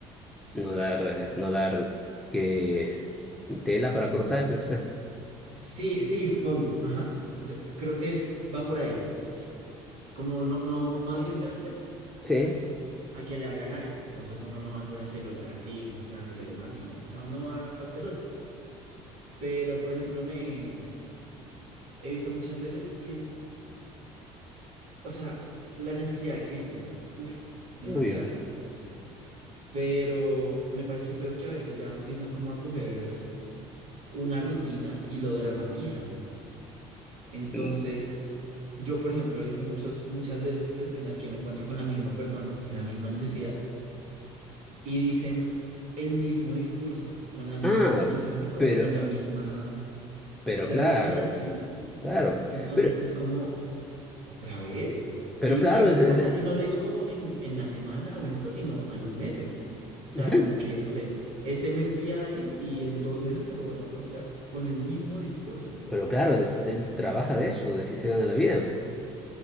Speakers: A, in the centre; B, on the right (about 75°).
A: No
B: eh,
A: dar,
B: <sighs> ah,
A: eh, no dar que tela para
B: no,
A: cortar, no sé.
B: sí, sí, supongo, ajá, yo yo creo que va por ahí, como no, no, no arriesgarse
A: Sí,
B: a que le hagan algo, entonces uno no va con el celular así, mostrándolo y demás, sino, o sea, uno va cauteloso, pero, por ejemplo, me he visto muchas veces y es, o sea, la necesidad existe, ¿no? Uf, demasiada.
A: obvio.
B: pero me parece feo que a veces ya empiezan como a coger una rutina y lo dramatizan. Entonces,
A: Mm,
B: yo, por ejemplo, he visto muchos, muchas veces en las que me encuentro con la misma persona, en la misma necesidad, y dicen el mismo discurso, con la misma
A: Ah,
B: entonación y como
A: pero,
B: con la misma
A: pero
B: dramatización.
A: claro, claro.
B: Entonces
A: Pero,
B: es como, ¿Otra vez?
A: pero
B: Y,
A: claro,
B: y,
A: es, es-
B: o sea, y no lo digo como en, en la semana o en esto, sino a los meses. O sea,
A: Ujú.
B: como que, no sé, este mes vi a alguien y en dos meses me lo vuelvo a encontrar con el mismo discurso.
A: Pero claro, es- él trabaja de eso, de si se gana la vida.